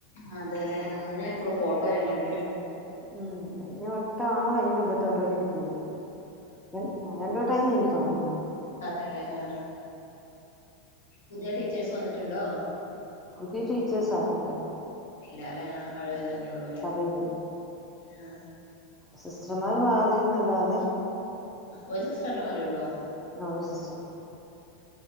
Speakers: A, on the left; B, in the centre.
A: ആ അതെലേ ആഹ് ഞാൻ എപ്പളോ ഫോട്ടോ ഞാൻ കണ്ടിട്ട്ണ്ട
B: ഉം കഴിഞ്ഞ വ വട്ടാണോ അതിന്റെ മുമ്പത്തെ വട്ടോറ്റേ കിട്ടീതാ രൻ രണ്ടോട്ടായീന്ന് <unintelligible> തോന
A: അതേലെ ആ പുതിയ ടീച്ചേഴ്സ് വന്നിട്ടിണ്ടോ
B: പുതിയ ടീച്ചേഴ്സ് ആരുല്ല
A: ഇല്ല ല്ലെ ആ പഴവരെ
B: ഇല്ല
A: തന്നെള്ളൂല്ലേ
B: പഴയവര്
A: ആ
B: സിസ്റ്റർമാര് മാറിന്നല്ലാതെ
A: ഒരു സിസ്റ്റർ അല്ലെ മാറിയുള്ളു
B: ആ ഒരു സിസ്റ്റർ